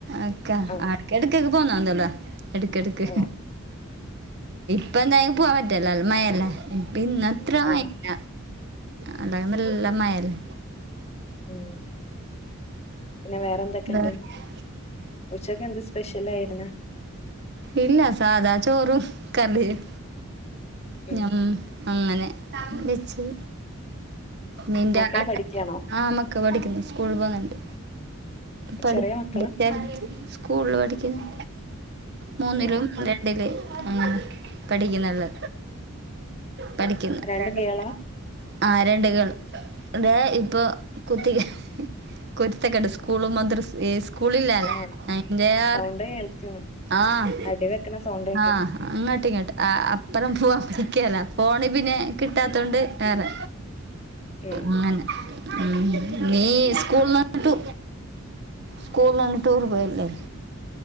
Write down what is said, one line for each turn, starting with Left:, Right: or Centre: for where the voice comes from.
Right: അക്ക
Left: ആഹ്
Right: അട്. കിടക്കെക്ക് പോന്നാ ന്തെതാ കെട്ക്കെടുക്ക്.
Left: ഓഹ്
Right: പ്പെ എന്തായാലും പോവാൻ പറ്റൂല, നല്ല മയല്ലേ പിന്നത്ര മയ്
Left: ആഹ്
Right: ല്ല ആണ്ടെക്കെ നല്ല മയെല്ലേ.
Left: ഏഹ്. പിന്നെ വേറെ എന്തൊക്കുണ്ട്
Right: വേറെ-
Left: ഉച്ചൊക്കെ എന്ത് സ്പെഷ്യൽ ആയിരുന്ന
Right: ഇല്ല സാധാ ചോറും കറിയും
Left: ഉം
Right: ഞം അങ്ങനെ വെച്ച് നിന്റെ
Left: മക്കള് പഠിക്കാണോ
Right: ആഹ് ക പഠിക്കുന്നു സ്കൂൾ പോന്നുണ്ട് ഠാ <unintelligible>
Left: ചെറിയ മക്കളാ
Right: സ്കൂളിൽ പഠിക്കുന്നെ മൂന്നിലും
Left: ഓഹ്
Right: രൺ ില് ം പഠിക്കുന്ന്ള്ള് പഠിക്കുന്ന്
Left: രണ്ടും
Right: രണ്ട്
Left: കേളാ
Right: പിള്ളേരാ? ആരണ്ടുകൾ ഇടെ ഇപ്പൊ കുത്തിക്ക കുരുത്തക്കെട് സ്കൂളും മദ്രസ് ഏ സ്കൂളില്ലാല
Left: ആഹ്
Right: അയിന്റെ ആ
Left: സൗണ്ട് കേൾക്കും
Right: ആഹ്
Left: അടി വെക്കണ സൗണ്ട് കേക്കും
Right: ആഹ് അങ്ങട്ട് ഇങ്ങട്ട് ആ അപ് <unintelligible> ഫോണ് പിന്നെ കിട്ടാത്തോണ്ട് വേറെ.
Left: ഉം
Right: അങ്ങനെ, ഉം നീ സ്കൂൾന്നട്ടൂ സ്കൂൾന്നാണ്ട് ടൂർപോയല്ലെ.